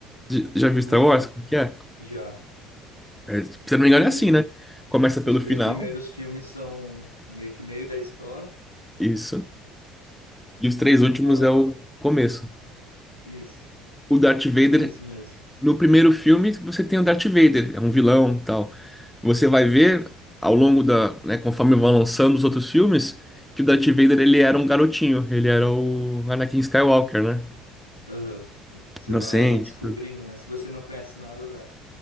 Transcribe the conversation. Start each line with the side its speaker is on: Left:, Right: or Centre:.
Centre: J- Já viu Star
Left: Aham.
Centre: Wars? Como é que é?
Left: Já.
Centre: É, se eu
Left: Que
Centre: não me engano, é assim, né? Começa
Left: os
Centre: pelo
Left: três
Centre: final,
Left: primeiros filmes são meio que meio da história,
Centre: isso. E
Left: né?
Centre: os três
Left: Pode
Centre: últimos
Left: falar.
Centre: é o começo.
Left: Isso.
Centre: O Darth Vader,
Left: Bem isso mesmo.
Centre: no primeiro filme, você tem o Darth Vader, é um vilão, tal. Você vai ver ao longo da, né, conforme vão lançando os outros filmes, que o Darth Vader ele era um garotinho, ele era o Anakin Skywalker, né?
Left: Aham. Você
Centre: Inocente.
Left: vai descobrindo, né? Se você não conhece nada da,